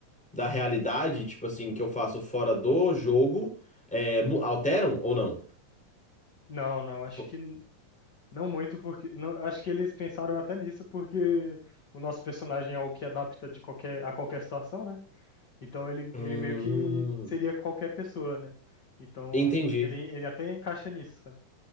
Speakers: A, in the centre; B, on the left (about 35°).
A: da realidade, tipo assim, que eu faço fora do jogo, é, mu- alteram ou não?
B: Não, não, acho
A: Fo-
B: que Não muito, porque. Não, eu acho que eles pensaram até nisso, porque o nosso personagem é o que adapta de qualquer, a qualquer situação, né? Então ele,
A: Hum,
B: ele meio que seria qualquer pessoa, né? Então
A: entendi.
B: ele, ele até encaixa nisso. sabe?